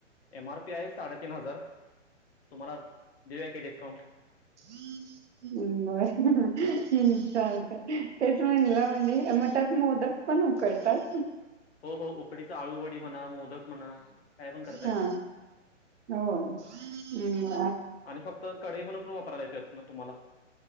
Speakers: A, on the left (about 55°); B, on the right (about 65°).
A: एम आर पी आहे साडेतीन हजार तुम्हाला दिऊया की डस्काउंट
B: <inaudible> हम्म बर हम् चालत तेच म्हणलं म्हणजे मगं त्यात मोदक पण उकळतात.
A: हो हो उकडीचा आळूवडी म्हणा मोदक म्हणा. काय पण करतायेत
B: हा होय हम्.
A: आणि फक्त कढाई म्हण करून वापरायला येतेत ना तुम्हाला